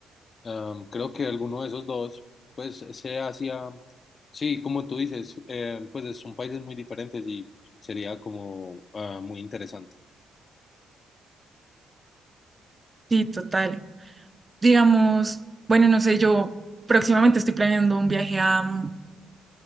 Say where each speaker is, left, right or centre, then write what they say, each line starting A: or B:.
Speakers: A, on the left; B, on the right.
A: Am, creo que alguno de esos dos, pues ese Asia, sí, como tú dices, eh, pues son países muy diferentes y sería como ah, muy interesante.
B: Sí, total. Digamos, bueno, no sé, yo próximamente estoy planeando un viaje a, mm,